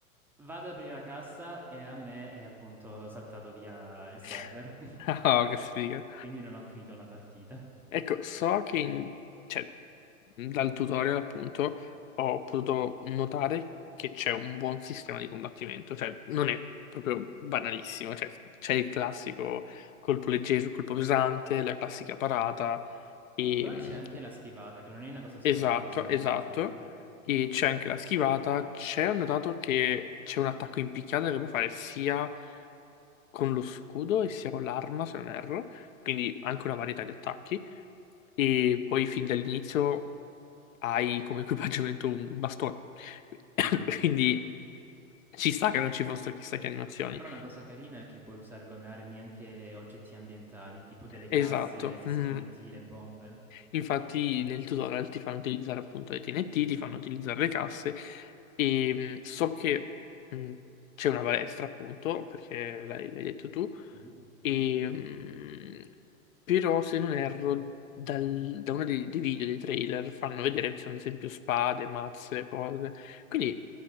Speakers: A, in the centre; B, on the left (about 70°).
A: Vado ad aprire la cassa e a me è appunto saltato via il server.
B: <laughs>
A: <laughs>
B: Oh, che sfiga.
A: Quindi non ho finito una partita.
B: Ecco, so che in- cioè, dal tutorial appunto ho potuto notare che c'è un buon sistema di combattimento, cioè non è proprio banalissimo, cioè c'è il classico colpo leggero, colpo pesante, la classica parata, e,
A: Però
B: mh,
A: c'è anche la schivata, che non è una cosa scontata
B: esatto,
A: su molti
B: esatto,
A: giochi.
B: e c'è anche la schivata, c'è ho notato che c'è un attacco in picchiata che puoi fare sia con lo scudo e sia con l'arma, se non erro, quindi anche una varietà di attacchi. E poi fin dall'inizio hai come equipaggiamento un bastone. <coughs> <laughs>
A: Mhm.
B: Quindi ci sta che non ci fossero chissà che animazioni.
A: Però una cosa carina è che puoi usare come armi anche oggetti ambientali, tipo delle
B: Esatto.
A: casse, le stesse
B: Mm.
A: TNT, le bombe.
B: Infatti nel tutorial ti fanno utilizzare appunto le TNT, ti fanno utilizzare le casse e mm, so che mm, c'è una balestra appunto, perché l'hai l'hai detto tu.
A: Mm-hmm.
B: E, mm, però se non erro, dal- da uno dei, dei video, dei trailer, fanno vedere che ci sono ad esempio spade, mazze, cose. Quindi,